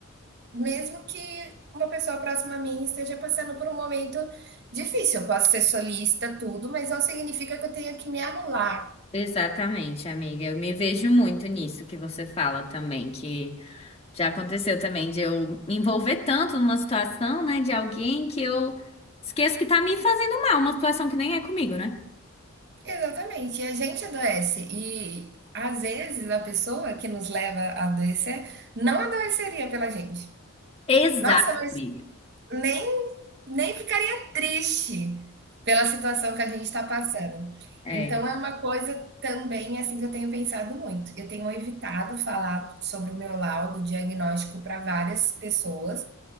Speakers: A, on the right; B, on the left.
A: mesmo que uma pessoa próxima a mim esteja passando por um momento difícil. Eu posso ser solista, tudo, mas não significa que eu tenha que me anular.
B: Exatamente, amiga. Eu me vejo muito nisso que você fala também, que Já aconteceu também de eu me envolver tanto numa situação, né, de alguém que eu esqueço que tá me fazendo mal, uma situação que nem é comigo, né?
A: Exatamente, e a gente adoece. E às vezes a pessoa que nos leva a adoecer não adoeceria pela gente.
B: Exato,
A: Nossa, mas
B: amiga.
A: nem Nem ficaria triste pela situação que a gente está passando.
B: É.
A: Então, é uma coisa também assim que eu tenho pensado muito. Eu tenho evitado falar sobre o meu laudo diagnóstico para várias pessoas.